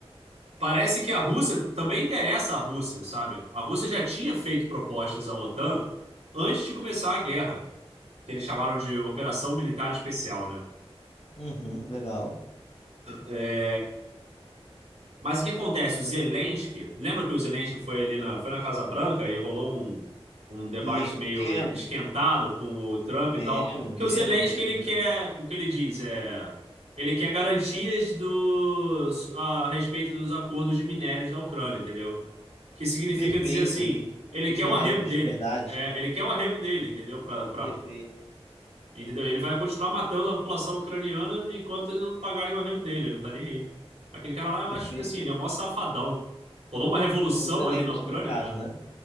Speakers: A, on the right; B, on the left.
A: parece que a Rússia também interessa a Rússia, sabe? A Rússia já tinha feito propostas à OTAN antes de começar a guerra, que eles chamaram de Operação Militar Especial, né?
B: Uhum, legal.
A: É, Mas o que acontece? O Zelensky, lembra que o Zelensky foi ali na, foi na Casa Branca e rolou um, um debate
B: Lembro,
A: meio esquentado com o Trump
B: lembro,
A: e tal? Que
B: lembro,
A: o Zelensky,
B: lembro,
A: ele quer,
B: lembro.
A: o que ele diz é, ele quer garantias do, a respeito dos acordos de minérios da Ucrânia, entendeu? Que significa
B: Perfeito.
A: dizer assim, ele
B: Os
A: quer
B: minérios,
A: o arrego dele,
B: verdade.
A: é, ele quer o arrego dele, entendeu? Para
B: Perfeito,
A: Entendeu? Ele vai continuar matando a população ucraniana enquanto ele não pagarem o arrego dele, ele não tá nem aí. Aquele cara lá, eu
B: perfeito.
A: acho que assim, ele é o maior safadão. Rolou uma revolução
B: O Zelensky,
A: ali na Ucrânia,
B: no caso,
A: né?
B: né?